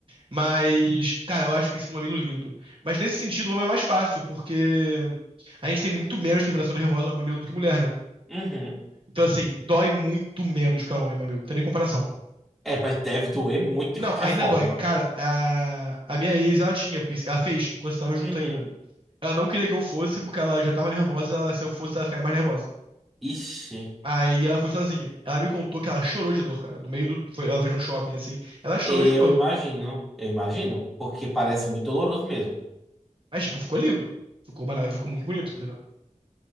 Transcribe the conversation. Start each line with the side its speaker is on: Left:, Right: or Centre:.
Right: Mas, cara, eu acho o pincel do mamilo lindo. Mas nesse sentido, o homem é mais fácil, porque a gente tem muito menos terminação nervosa no mamilo do que mulher, né?
Centre: Uhum.
Right: Então, assim, dói muito menos pra homem mamilo. Não tem nem comparação.
Centre: É, mas deve doer muito de
Right: Não,
Centre: qualquer
Right: ainda
Centre: forma.
Right: dói. Cara, a, a minha ex, ela tinha, piercing- ela fez enquanto tava junto
Centre: Uhum.
Right: ainda. Ela não queria que eu fosse, porque ela já tava nervosa. ela- se eu fosse, ela ficaria mais nervosa.
Centre: Ixi,
Right: Aí ela foi sozinha. Ela me contou que ela chorou de dor, cara. No meio do. foi- ela fez um shopping assim. Ela chorou
Centre: eu
Right: de dor.
Centre: imagino. Eu imagino, porque parece muito doloroso mesmo.
Right: Mas, tipo, ficou lindo. Ficou, bana- ficou muito bonito, entendeu?